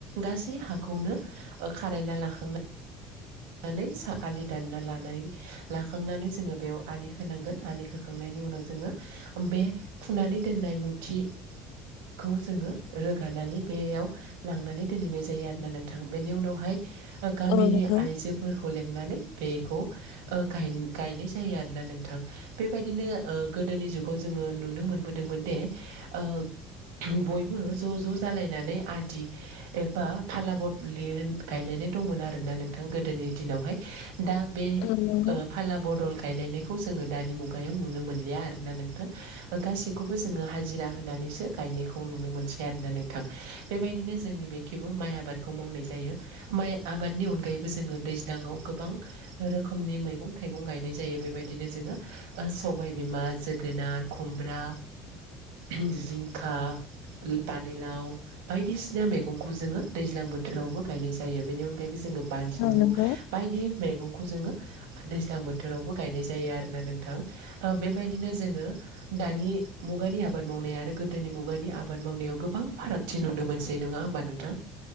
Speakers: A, on the right (about 85°); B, on the left (about 80°).
A: गासै हाखौनो खारायना लाखांना दाननानै आलि दानना लानानै लाखांनानै जोंङो बेयाव आलि होनांगोन आलि खोखांनायनि नि उनाव जोंङो बे फुनानै दोननाय मुथि खौ जोंङो रोगानानै बेयाव लांनानै दोनहैनाय जायो आरोना नोंथां बेनि उनावहाय गामिनि
B: औ नंगौ
A: आइजोफोरखौ लेंनानै बेखौ गायनाय जायो आरोना नोंथां बेबायदिनो ओ गोदोनि जुगाव जों ओ नुनो मोनबोदोंमोन दे ओ बयबो ज' ज' जालाय नानै आदि एबा खाला बदलि गायलाय दंमोन आरोना नोंथां गोदोनि दिनावह दा बे
B: औ नंगौ औ नंगौ
A: फाला बदल गायलायनायखौ जोंङो दानि मुगायाव नुनो मोनलिया आरोना नोंथां गासैखौबो जोङो हाजिरा होनानैसो गाय नुनो मोनसै आरोना नोंथां बेबायदिनो जोंनि बेेबो माइ आबादखौ मावनाय जायो माइ आबादनि अनगायैबो जोंङो दैज्लाङाव गोबां रोखोमनि मैगं थाइगं गायनाय जायो बेबायदिनो जोंङो ओ सबायबिमा जोगोनार खुमब्रा जिंखा पानिलाव बायदिसिना मैगंखौ जोंङो दैज्लां बोथोरावबो गायनाय जायो बेनि अनगायैबो जोंङो बा फान्लु
B: औ नंगौ
A: बायदि मैगंखौ जोंङो दैज्लां बोथोरावबो गायनाय जायो आरोना नोंथां बेबायदिनो जोंंङो दानि मुगानि आबाद मावनाय आरो गोदोनि मुगानि आबाद मावनायाव गोबां फारागथि नुनो मोनसै नङा होमबा नोंथां?